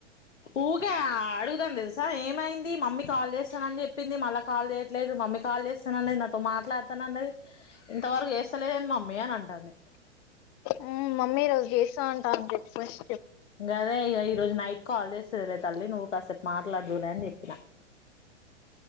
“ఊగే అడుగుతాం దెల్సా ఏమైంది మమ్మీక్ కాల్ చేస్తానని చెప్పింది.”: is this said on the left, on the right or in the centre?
Left